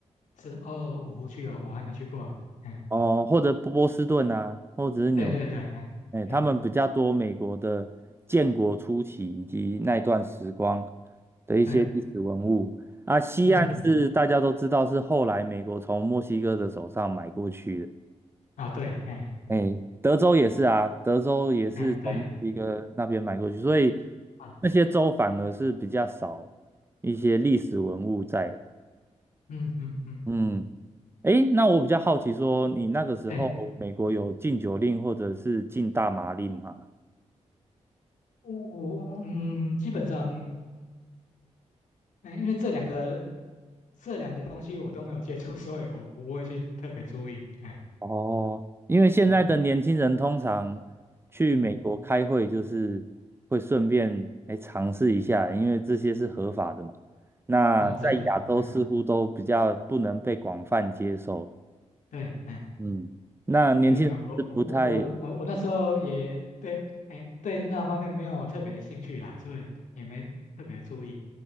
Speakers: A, on the left; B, on the right.
A: 是哦，五湖区哦，我还没去过。嗯，
B: 哦，或者波波士顿啊，或者是纽，
A: 对对对，哎哎
B: 哎，他们比较多美国的建国初期以及那一段时光的一些历史文物啊。
A: 对，
B: 西岸是大家都知道是后来美国从墨西哥的手上买过去的，
A: 嗯嗯啊对，哎
B: 哎，德州也是啊，德州也是从墨西哥那边买过去，
A: 哎对
B: 所以
A: 啊，
B: 那些州反而是比较少一些历史文物在的，
A: 嗯嗯嗯，
B: 嗯。诶，那我比较好奇说，你那个时候美国有禁酒令或者是禁大麻令吗？
A: 对，我我嗯，基本上，嗯，因为这两个这两个东西我都没有接触，<laughs> 所以我不会去特别注意。哎，
B: 哦，因为现在的年轻人通常去美国开会，
A: 对，嗯，
B: 就是会顺便来尝试一下，因为这些是合法的嘛。那在亚洲似乎都比较不能被广泛接受，
A: 哦，这样子啊，哎对，哎，
B: 嗯，那年轻人是不太
A: 没有没有，我我我我我我那时候也对，哎对那方面没有特别的兴趣啦，所以也没特别注意。